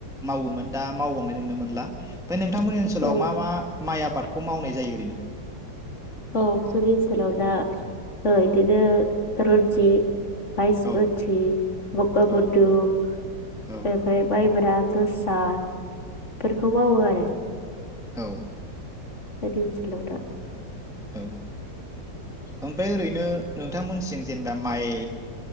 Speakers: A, in the centre; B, on the left (about 40°).
A: मावोमोन दा मावबावनाय नुनो मोनला बे नोंथांमोननि ओनसोलाव
B: औ
A: मा मा माइ आबादखौ मावनाय जायो ओरैनो
B: औ जोंनि ओनसोलाव दा ओ इदिनो रन्जित बायसमोथि
A: औ
B: बग बुधु
A: औ
B: ओमफ्राय
A: औ
B: माइब्रा जोसाफोरखौ मावो आरो
A: औ
B: जोंनि ओनसोलाव दा
A: औ ओमफाय ओरैनो नोंथांमोनसिं जेनेबा माइ